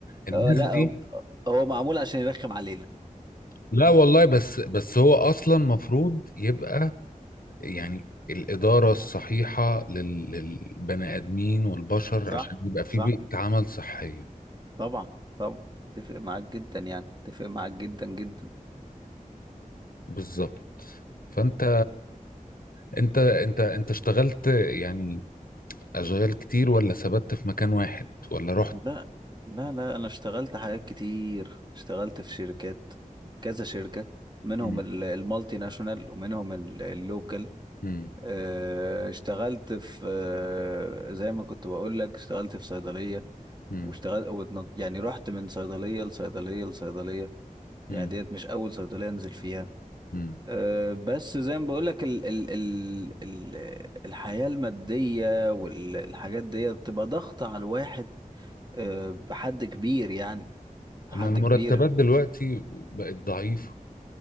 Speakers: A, on the left; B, on the right.
A: الناس
B: لا
A: دي
B: هو هو معمول عشان يرخم علينا
A: لا والله بس بس هو اصلا مفروض يبقى يعني الإدارة الصحيحة لل- للبني آدمين والبشر
B: صح
A: عشان يبقى في
B: صح
A: بيئة عمل صحية
B: طبعا طبعا اتفق معاك جدا يعني اتفق معاك جدا جدا
A: بالظبط فأنت انت انت انت اشتغلت يعني أشغال كتير ولا ثبت في مكان واحد ولا رحت
B: لا لا لا انا اشتغلت حاجات كتير اشتغلت في شركات كذا شركة منهم
A: مم.
B: ال- المالتي ناشونال ومنهم ال- اللوكال
A: مم.
B: اه، اشتغلت في اه، زي ما كنت بقول لك اشتغلت في صيدلية
A: مم.
B: واشتغلت واتنط- يعني رحت من صيدلية لصيدلية لصيدلية
A: مم.
B: يعني ديت مش اول صيدلية انزل فيها
A: مم.
B: اه، بس زي ما بقول لك ال ال ال ال الحياة المادية والحاجات ديت بتبقى ضغط على الواحد اه، بحد كبير يعني حد
A: أما المرتبات
B: كبير
A: دلوقتي بقت ضعيفة